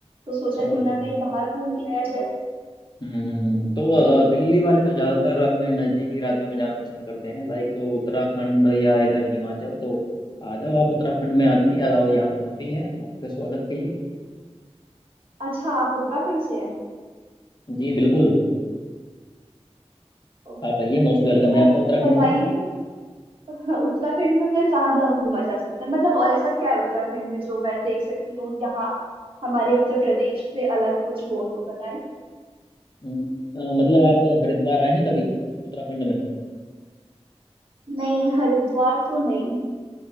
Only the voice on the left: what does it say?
ओहो
हम्म हम्म, हम्म। तो अ, दिल्ली वाले तो ज़्यादातर अपने नज़दीकी राज्यों में जाना पसंद करते हैं लाइक उत्तराखंड या इधर हिमाचल तो आ जाओ आप उत्तराखंड में आ जाइए आ- जाओ, यहाँ तो हम भी हैं आपके स्वागत के लिए
जी बिल्कुल
आप आइए मोस्ट वेलकम
है आपका
उत्तराखंड
में
हम्म, अ, मतलब आप हरिद्वार आए हैं कभी उत्तराखंड में